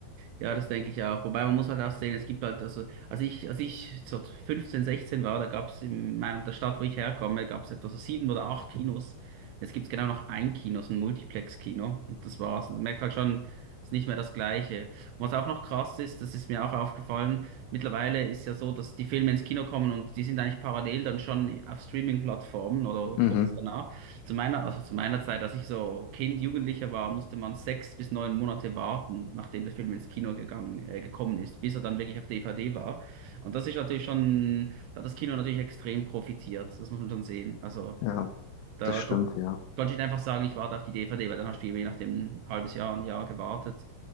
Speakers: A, on the right (about 85°); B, on the left (about 80°).
A: Ja, das denke ich auch. Wobei man muss halt auch sehen, es gibt halt, also als ich, als ich so 15, 16 war, da gab es in meiner, der Stadt, wo ich herkomme, gab es etwa so sieben oder acht Kinos. Jetzt gibt es genau noch ein Kino, so ein Multiplex-Kino. Und das war's. Und man merkt halt schon, es ist nicht mehr das Gleiche. Und was auch noch krass ist, das ist mir auch aufgefallen, mittlerweile ist ja so, dass die Filme ins Kino kommen und die sind eigentlich parallel dann schon auf Streaming-Plattformen oder
B: Mhm,
A: kurz danach. Zu meiner, also zu meiner Zeit, als ich so Kind, Jugendlicher war, musste man sechs bis neun Monate warten, nachdem der Film ins Kino gegangen, äh, gekommen ist, bis er dann wirklich auf DVD war. Und das ist natürlich schon, da hat das Kino natürlich extrem profitiert. Das muss man schon sehen. Also
B: ja,
A: da
B: das stimmt,
A: kon
B: ja.
A: konnte ich nicht einfach sagen, ich warte auf die DVD, weil dann hast du eben je nachdem ein halbes Jahr, ein Jahr gewartet.